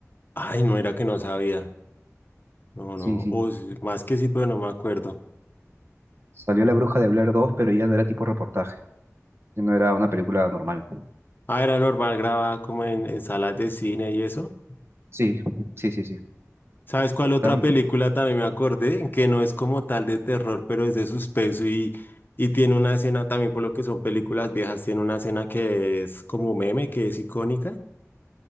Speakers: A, on the left; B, on the right.
A: Ay, no era que no sabía. No,
B: Sí,
A: no.
B: sí.
A: O sí, más que sí, pero no me acuerdo.
B: Salió la Bruja de Blair dos pero ya no era tipo reportaje, no era una película normal.
A: Ah, era normal, grababa como en, en salas de cine y eso.
B: Sí, sí, sí, sí.
A: ¿Sabes cuál otra
B: Tam-
A: película también me acordé? Que no es como tal de terror, pero es de suspenso y, y tiene una escena también, por lo que son películas viejas, tiene una escena que es como meme, que es icónica,